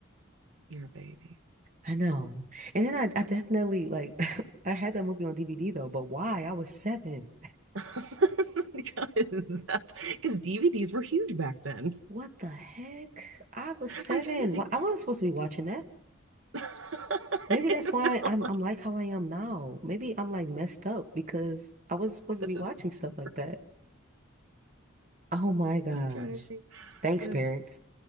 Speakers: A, on the right; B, on the right.
A: you're a baby.
B: I know. And then I, I definitely like <laughs> I had that movie on DVD though, but why? I was seven.
A: <laughs> because that's because DVDs were huge back then.
B: What the heck? I was seven.
A: I'm trying to think.
B: Why I wasn't supposed to be watching that.
A: <laughs>
B: Maybe that's why
A: no,
B: I'm I'm like how I am now. Maybe I'm like messed up because I wasn't supposed
A: because
B: to be watching
A: of super.
B: stuff like that. Oh my gosh.
A: I'm trying to think.
B: Thanks,
A: That's
B: parents.